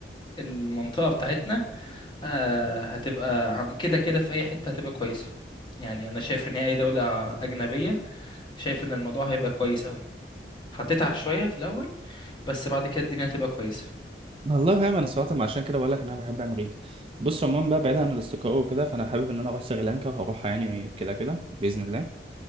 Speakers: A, on the left; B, on the right.
A: المنطقه بتاعتنا آه هتبقى عم- كده كده في اي حته هتبقى كويسه يعني انا شايف ان هي اي دوله اجنبيه شايف ان الموضوع هيبقى كويس قوي هتتعب شويه في الاول بس بعد كده الدنيا هتبقى كويسه
B: والله فاهم انا صراحه عشان كده بقول لك انا بحب امريكا بص عموما بقى بعيد عن الاستقرار وكده فانا حابب ان انا اروح سريلانكا وهروحها يعني كده كده باذن الله